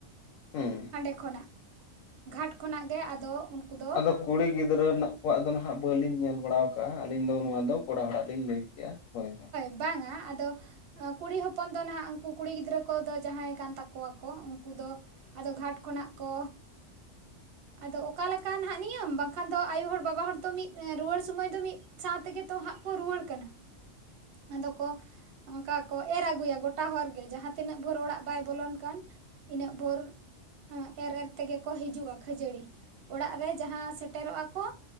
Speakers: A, on the left; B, on the right.
A: ᱦᱩᱸ
B: ᱦᱟᱸᱰᱮ ᱠᱷᱚᱱᱟᱜ ᱜᱷᱟᱴ ᱠᱷᱚᱱᱟᱜ ᱜᱮ ᱟᱫᱚ ᱫᱚ
A: ᱟᱫᱚ ᱠᱩᱲᱤ ᱜᱤᱫᱽᱨᱟᱹ ᱱᱟᱜ ᱠᱚᱣᱟᱜ ᱫᱚ ᱱᱟᱦᱟᱜ ᱵᱟᱹᱞᱤᱧ ᱧᱮᱞ ᱵᱟᱲᱟᱣ ᱠᱟᱜ-ᱟ ᱟᱹᱞᱤᱧ ᱫᱚ ᱱᱚᱣᱟ ᱫᱚ ᱠᱚᱲᱟ ᱦᱚᱲᱟᱜ ᱞᱤᱧ ᱞᱟᱹᱭ ᱠᱮᱜ-ᱟ ᱦᱳᱭ ᱦᱳᱭ
B: ᱵᱟᱝᱟ ᱟᱫᱚ ᱠᱩᱲᱤ ᱦᱚᱯᱚᱱ ᱫᱚ ᱱᱟᱦᱟᱜ ᱩᱱᱠᱩ ᱠᱩᱲᱤ ᱜᱤᱫᱽᱨᱟᱹ ᱠᱚᱫᱚ ᱡᱟᱦᱟᱸᱭ ᱠᱟᱱ ᱛᱟᱠᱚᱣᱟ ᱠᱚ ᱩᱱᱠᱩ ᱫᱚ ᱟᱫᱚ ᱜᱷᱟᱴ ᱠᱷᱚᱱᱟᱜ ᱠᱚ ᱟᱫᱚ ᱚᱠᱟᱞᱮᱠᱟ ᱦᱟᱸᱜ ᱱᱤᱭᱟᱹᱢ ᱵᱟᱝᱠᱷᱟᱱ ᱫᱚ ᱟᱭᱳ ᱦᱚᱲ ᱵᱟᱵᱟ ᱦᱚᱲ ᱫᱚ ᱢᱤᱫ ᱨᱩᱣᱟᱹᱲ ᱥᱳᱢᱟᱹᱭ ᱫᱚ ᱢᱤᱫ ᱥᱟᱶ ᱛᱮᱜᱮ ᱛᱚ ᱦᱟᱸᱜ ᱠᱚ ᱨᱩᱣᱟᱹᱲ ᱠᱟᱱᱟ
A: <inaudible>
B: ᱟᱫᱚ ᱠᱚ ᱚᱝᱠᱟ ᱠᱚ ᱮᱨ ᱟᱹᱜᱩᱭᱟ ᱜᱚᱴᱟ ᱦᱚᱲᱜᱮ ᱡᱟᱦᱟᱸ ᱛᱤᱱᱟᱹᱜ ᱵᱷᱳᱨ ᱚᱲᱟᱜ ᱵᱟᱭ ᱵᱚᱞᱚᱱ ᱠᱟᱱ ᱤᱱᱟᱹᱜ ᱵᱷᱳᱨ ᱮᱨ ᱮᱨ ᱛᱮᱜᱮᱠᱚ ᱦᱤᱡᱩᱜ-ᱟ ᱠᱷᱟᱹᱡᱟᱹᱲᱤ ᱚᱲᱟᱜ ᱨᱮ ᱡᱟᱦᱟᱸ ᱥᱮᱴᱮᱨᱚᱜᱼᱟ ᱠᱚ